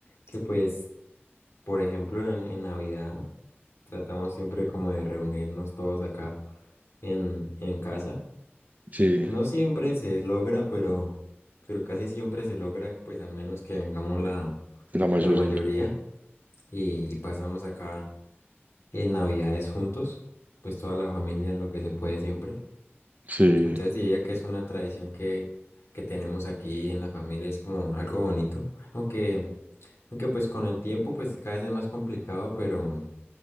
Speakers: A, on the left (about 80°); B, on the right (about 35°).
A: que pues, por ejemplo, en, en Navidad tratamos siempre como de reunirnos todos acá en, en casa.
B: Sí,
A: No siempre se logra, pero, pero casi siempre se logra, pues al menos que vengamos la,
B: la mayoría.
A: la mayoría y, y pasamos acá en Navidades juntos, pues toda la familia en lo que se puede siempre.
B: Sí,
A: Entonces diría que es una tradición que, que tenemos aquí en la familia, es como algo bonito, aunque, aunque pues con el tiempo pues cada vez es más complicado, pero,